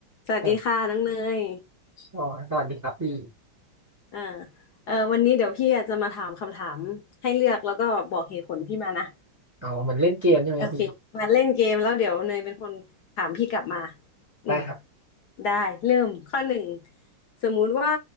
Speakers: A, on the left; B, on the right.
A: สวัสดีค่ะน้องเนย
B: ครบอ๋อสวัสดีครับพี่
A: อ่าเออวันนี้เดี๋ยวพี่อาจจะมาถามคำถามให้เลือกแล้วก็บอกเหตุผลพี่มานะ
B: อ๋อเหมือนเล่นเกมใช่ไหมพี่
A: โอเคมาเล่นเกมแล้วเดี๋ยวเนยเป็นคนถามพี่กลับมา
B: ได้ครับ
A: อืมได้เริ่มข้อหนึ่งสมมุติว่า